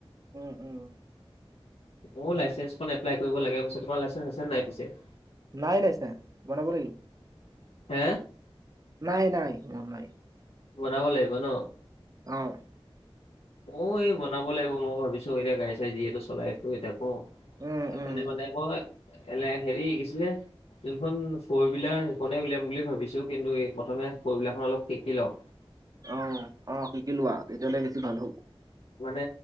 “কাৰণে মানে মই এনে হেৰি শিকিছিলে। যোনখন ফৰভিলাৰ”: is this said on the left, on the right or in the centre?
Left